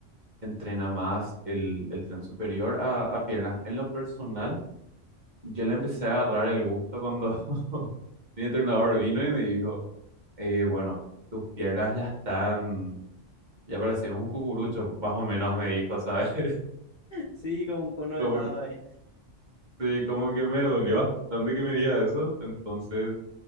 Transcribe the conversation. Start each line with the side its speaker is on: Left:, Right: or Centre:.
Right: entrena más el, el tren superior a, a piernas. En lo personal, yo le empecé a agarrar el gusto cuando <laughs> mi entrenador vino y me dijo, eh, bueno, tus piernas ya están, ya pareces un cucurucho, más o menos me dijo, ¿sabes? <laughs>
Left: Sí, con un cono de
Right: Como,
Left: helado ahí.
Right: sí, como que me dolió bastante que me diga eso. Entonces,